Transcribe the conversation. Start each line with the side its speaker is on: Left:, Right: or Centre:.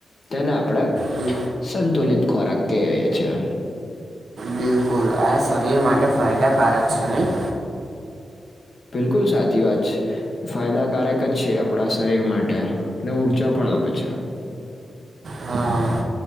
Left: તેને આપણેે
Right: બિ
Left: સંતુલિત ખોરાક કએ છી
Right: બિલકુલ આ શરીર માટે ફાયદાકારક છે નહીં
Left: બિલકુલ સાચી વાત છે ફાયદાકારક જ છે આપણા શરીર માટે અને ઉઊર્જા પણ આપે છે
Right: હા